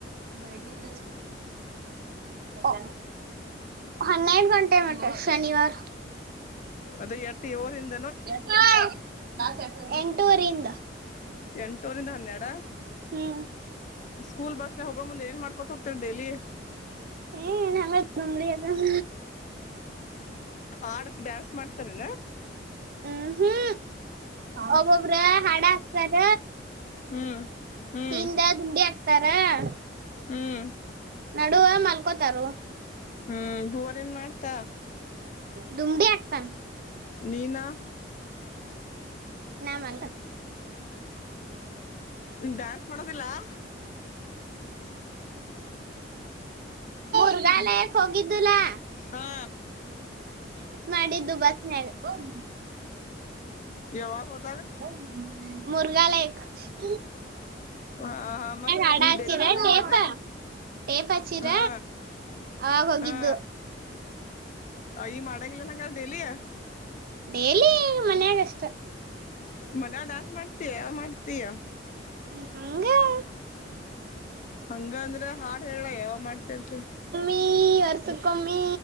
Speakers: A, on the right; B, on the left.
A: ಬೆಳಗೆಂದ ಓಹೋ ಹನ್ನೆರಡು ಗಂಟೆ ಮಟೆ ಶನಿವಾರ
B: ಅದು ಎಟ್ಟು ಏಳುನಿಂದ
A: ಕ್ಲಾಸ್ ಎಂಟ್ಟರಿಂದ ಎಂಟುವರಿಯಿಂದ
B: ಎಂಟೂರಿಂದ ಹನ್ನೆರಡ
A: ಹ್ಮ್
B: ಸ್ಕೂಲ್ ಬಸ್ಗೆ ಹೋಗ ಮುಂದ ಏನ್ ಮಾಡ್ಕೊತ ಹೋಗತಾರೆ ಡೇಲಿ
A: ಏ ನಮಿಗೆ ತೊಂದ್ರೆ ಅದಾವ
B: ಆಡಷ್ಟು ಡ್ಯಾನ್ಸ್ ಮಾಡ್ತಾರನಾ
A: ಹ್ಮ್ ಹ್ಮ್ ಒಬ್ಬೊಬ್ರ ಹಾಡ ಹಾಕ್ತಾರ
B: ಹ್ಮ್ ಹ್ಮ್
A: ಹಿಂದ ದುಂಡಿ ಹಾಕ್ತಾರ ರ್
B: ಹ್ಮ್
A: ನಡುವೇ ಮಲ್ಕೋತಾರೊ
B: ಹ್ಮ್ ಬೋರ್ ಏನ್ ಮಾಡ್ತ
A: ದುಮಡಿ ಆಕ್ತನ್
B: ನೀನಾ
A: ನಾ ಮಾಡ್ತ
B: ಡ್ಯಾನ್ಸ್ ಮಾಡೋದಿಲ್ಲ <unintelligible>
A: ರುಗಾಲ <unintelligible> ಹೋಗಿದ್ದುಲಾ
B: ಹಾ
A: ಮಾಡಿದ್ದು ಬಸ್ ಮೇಲೆ <unintelligible>
B: ಯಾವಗ್ <unintelligible>
A: ಹ್ಮ <unintelligible> ಮುರುಘಾಲಕ್ಕ <unintelligible>
B: ಹಾ ಹ ಮತ್ತ
A: ಹಾಡ
B: ಈ
A: ಹಚ್ಚಿರ
B: ಡೇಲಿ ಮಾಡಂಗ್ಲನಾ
A: ಟೇಪ ಟೇಪ್ ಹಚ್ಚಿರ
B: ಹಾ
A: ಅವಾಗ ಹೋಗಿದ್ದು
B: ಹಾ ಈ ಮಾಡಂಗ್ಲಂಗ <unintelligible> ದಲಿಯ <unintelligible>
A: ಡೇಲಿ ಮನ್ಯಾಗಷ್ಟ <unintelligible>
B: ಮನ ದಸ್ <unintelligible> ಮಾಡ್ತಯ ಮಾಡ್ತಯ
A: ಹ್ಮ ಹಂಗ <unintelligible>
B: ಹಂಗ ಅಂದ್ರ ಹಾಡ್ ಹೇಳಲ್ಲ <unintelligible> ಯಾವ ಮಾಡ್ತಿಂತ
A: ಈ ಅರ್ಥ <unintelligible> ಕಮ್ಮಿ